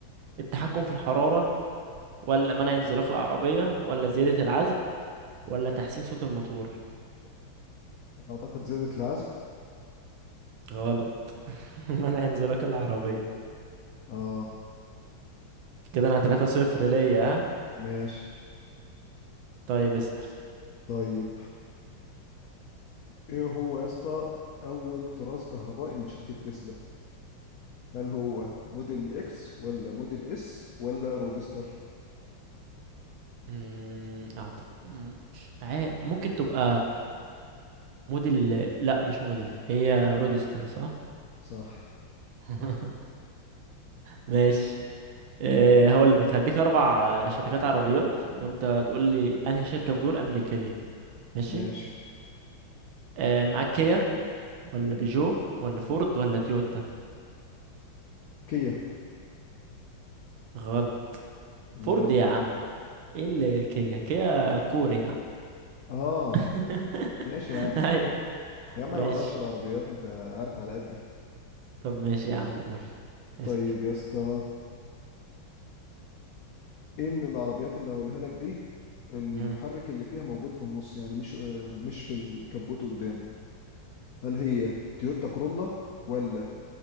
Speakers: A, on the right; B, on the left.
A: التحكم في الحرارة ولا منع انزلاق العربية ولا زيادة العزم ولا تحسين صوت الموتور
B: اعتقد زادت العزم
A: غلط <laughs> منع انزلاق العربية
B: اه
A: كده انا 3 صفر ليا ها؟
B: ماشي
A: طيب اسأل
B: طيب ايه هو يا اسطى اول طراز كهربائي من شركة تسلا هل هو موديل اكس ولا موديل اس ولا رودستر
A: مم، اعتقد مم، مش عا- ممكن تبقى موديل لا مش موديل هي رودستر صح
B: صح
A: <laughs> ماشي أه هقول لك هديك اربع آه، شركات عربيات وانت تقول لي انهي شركة في دول امريكية ماشي
B: ماشي
A: أه معاك كيا ولا بيجو ولا فورد ولا تويوتا
B: كيا
A: غلط فورد
B: امال ايه
A: يا عم ايه اللي كيا كيا كوري يا عم
B: اه
A: <laughs>
B: ماشي يا عم
A: ايوه
B: يا عم انا
A: ماشي
B: ما اعرفش العربيات انت عارف على قدي
A: طب ماشي يا عم قول اسأل
B: طيب يا اسطى ايه من العربيات اللي هقولها لك دي المحرك
A: مم.
B: اللي فيها موجود في النص يعني مش مش في الكبوت قدام هل هي تويوتا كرولا ولا